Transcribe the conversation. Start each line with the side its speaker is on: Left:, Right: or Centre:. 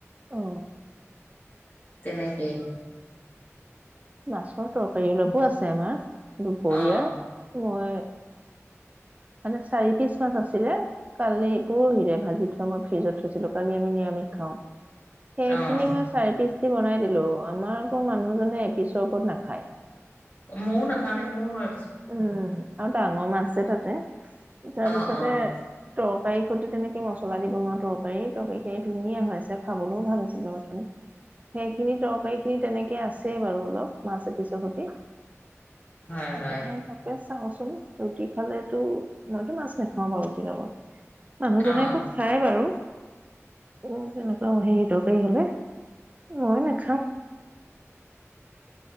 Right: অ
Left: তেনেকে
Right: মাছৰ তৰকাৰী অলপো আছে আমাৰ দুপৰীয়াৰ
Left: অ',
Right: মই মানে চাৰি পিচ মাছ আছিলে কালি পৰহিৰে ভাজি থোৱা মই ফ্ৰিজত থৈছো। থৈছিলো কালি আমি নিৰামিষ খাও সেইখিনি
Left: অ',
Right: মই চাৰি পিছ। বনাই দিলো আমাৰ আকৌ মানুহজনে এপিছৰ ওপৰত নাখায়।
Left: মইও নাখাও দেই মইও নোৱা।
Right: উম আৰু ডাঙৰ মাছ যে তাতে। তাৰপিছতে
Left: অ', অ',
Right: টক তৰকাৰীৰ সৈতি তেনেকে মছলা দি বনোৱা তৰকাৰী তৰকাৰী খিনি ধুনীয়া হৈ আছে খাবলৈও ভাল হৈছিল বাৰু অথনি। সেইখিনি তৰকাৰী খিনি তেনেকে আছেই বাৰু অলপ মাছ এপিছৰ সতি।
Left: হয়, হয়,
Right: এ তাকে চাওঁচোন ৰুটি খালেটো মইতো মাছ নাখাও বাৰু ৰুটিৰ লগত। মানুহজনে
Left: অ'।
Right: আকৌ খায় বাৰু। উ তেনেকুৱা হেৰিতৰকাৰি হলে মই নাখাওঁ। <inaudible>